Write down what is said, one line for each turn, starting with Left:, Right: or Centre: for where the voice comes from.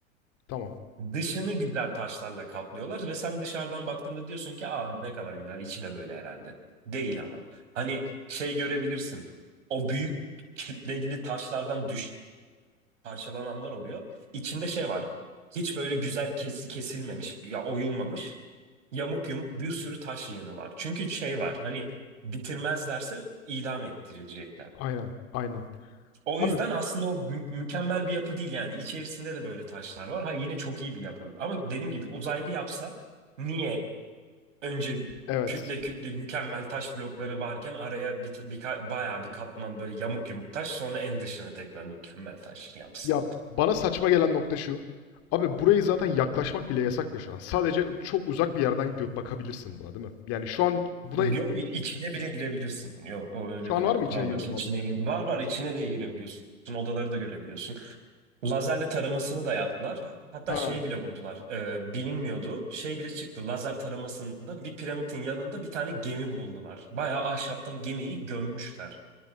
Left: Tamam.
Right: Dışını güzel taşlarla kaplıyorlar ve sen dışarıdan baktığında diyorsun ki aa ne kadar güzel içi de böyle herhalde. Değil ama. Hani şey görebilirsin. O büyük kütleli taşlardan düş parçalananlar oluyor. İçinde şey var. Hiç böyle güzel kes, kesilmemiş ya oyulmamış. Yamuk yumuk bir sürü taş yığını var. Çünkü şey var. Hani bitirmezlerse idam ettirilecekler.
Left: Aynen. Aynen.
Right: O
Left: Abi
Right: yüzden aslında o mü- mükemmel bir yapı değil yani. İçerisinde de böyle taşlar var. Ha yine çok iyi bir yapı. Ama dediğim gibi uzaylı yapsa niye önce
Left: evet.
Right: kütle kütle mükemmel taş blokları varken araya bir, bir bayağı bir katman böyle yamuk yumuk taş sonra en dışına tekrar mükemmel taş yapsın.
Left: Ya bana saçma gelen nokta şu. Abi burayı zaten yaklaşmak bile yasak ya şu an. Sadece çok uzak bir yerden gö- bakabilirsin buna, değil mi? Yani şu an buna
Right: Yo i- içine bile girebilirsin. Yo o öyle
Left: şu an
Right: bir
Left: var mı
Right: kural
Left: içine girme
Right: yok.
Left: muhabbeti?
Right: İçine gir- var var içine de girebiliyorsun. Odaları da görebiliyorsun. Lazerle taramasını da yaptılar. Hatta
Left: Ha,
Right: şey bile buldular. e, bilinmiyordu. Şey bile çıktı. Lazer taramasında bir piramidin yanında bir tane gemi buldular. Bayağı ahşaptan gemiyi gömmüşler.